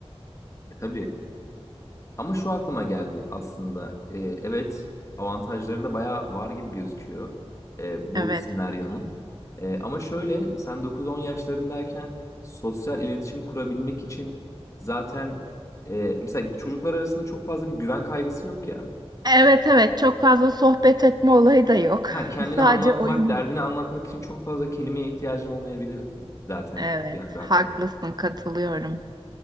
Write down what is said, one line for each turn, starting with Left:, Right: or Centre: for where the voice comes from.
Left: E, tabii. Ama şu aklıma geldi aslında. E, evet, avantajları da bayağı var gibi gözüküyor e, bu
Right: Evet.
Left: senaryonun. E, ama şöyle, sen 9-10 yaşlarındayken sosyal iletişim kurabilmek için zaten e, mesela çocuklar arasında çok fazla bir güven kaygısı yok ya.
Right: Evet evet çok fazla sohbet etme olayı da yok.
Left: Ha, kendini
Right: <laughs> Sadece
Left: anlatmak,
Right: oyun.
Left: derdini anlatmak için çok fazla kelimeye ihtiyacın olmayabilir zaten
Right: Evet
Left: geldi aklıma.
Right: haklısın katılıyorum.